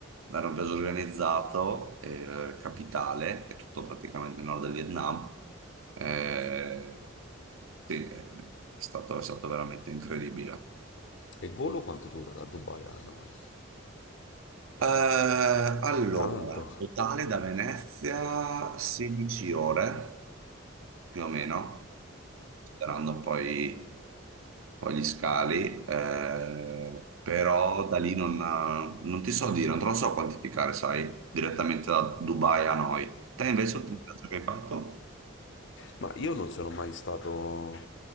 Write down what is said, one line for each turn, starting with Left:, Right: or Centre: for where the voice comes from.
Right: Era un viaggio organizzato, eh, capitale, è tutto praticamente il nord del Vietnam. Eh, sì, è stato, è stato veramente incredibile.
Left: E il volo quanto dura da Dubai a noi?
Right: Eh, allora,
Left: Tanto,
Right: totale da Venezia 16 ore, più o meno, sperando poi, poi gli scali, eh, però da lì non, non ti so dire, non te lo so quantificare, sai, direttamente da Dubai a noi. Te invece l'ultimo viaggio che hai fatto?
Left: Ma io non sono mai stato,